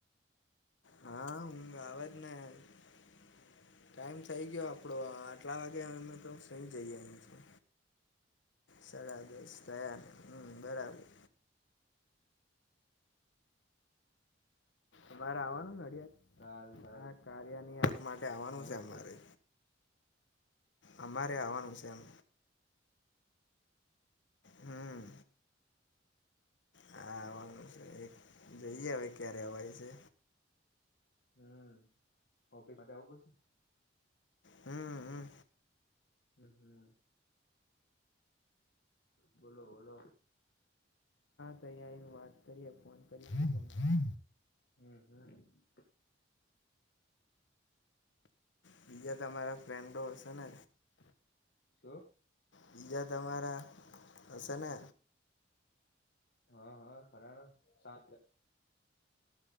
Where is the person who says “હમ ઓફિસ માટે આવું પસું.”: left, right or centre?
Left